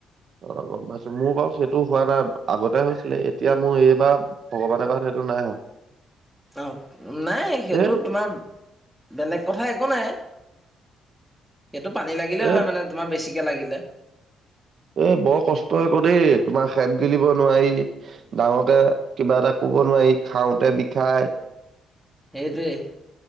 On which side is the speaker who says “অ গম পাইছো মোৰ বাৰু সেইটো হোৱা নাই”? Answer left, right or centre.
Right